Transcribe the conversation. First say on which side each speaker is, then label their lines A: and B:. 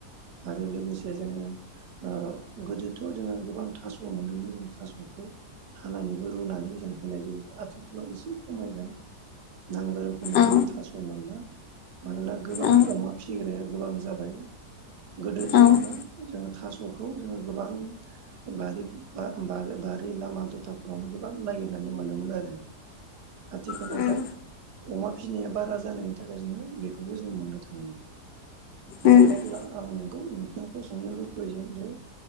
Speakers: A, on the right (about 80°); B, on the left (about 85°).
A: आरो लोगोसे जोङो ओ गोदोथ' जोङो गोबां थास' मोनोमोन जों थास'खो हानानैबो रुनानै जों होनाय जायो आथिखालाव एसे खमायबाय नांगौ रोखोमनि
B: औ
A: जोङो थास' मोनला मानोना गोबां
B: औ
A: अमा फिसिग्राया गोबां जाबाय गोदो जेनेबा
B: औ उम
A: जों थास' खौ जोङो गोबां बारि बा-बा-बारि लामा दथाफोरावनो गोबां नागिरनानै नुनो मोनोमोन आरो आथिखालाव
B: उम
A: दा अमा फिसिनाया बारा जानायनि थाखाय जोङो बेखौबो जों मोननो थांला
B: उम
A: ओ अब्ला आं नोंखौ नोंथांखौ सोंनो लुबैगोन जे